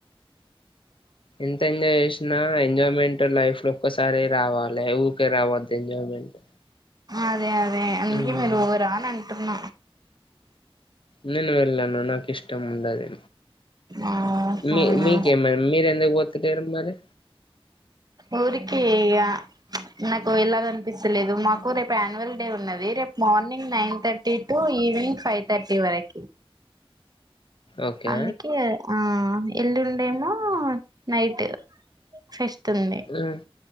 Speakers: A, on the left; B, on the right.
A: ఎంత ఎంజాయ్ చేసినా ఎంజాయ్మెంట్ లైఫ్ లో ఒక్కసారే రావాలే, ఊకే రావొద్దు ఎంజాయ్మెంట్.
B: అదే అ దే అందుకే
A: ఉమ్
B: మీరు పో అంటున్న
A: నేను వెళ్లను నాకు ఇష్ టం ఉండదు.
B: ఆ
A: మీ
B: అవునా
A: మీకేం మరి మీరెందుకు పోతల్లేరు మరి?
B: ఊరికే ఇగా ప్చ్ నాకు వెళ్లాలనిపిస్తలేదు. మాకు రేపు యాన్యువల్ డే ఉన్నది రేపు morning nine thirty to evening five thirty వరకి.
A: ఓకే
B: అందుకే ఆ ఎల్లుండేమో నైట్ ఫెస్ట్ టుంది
A: మ్మ్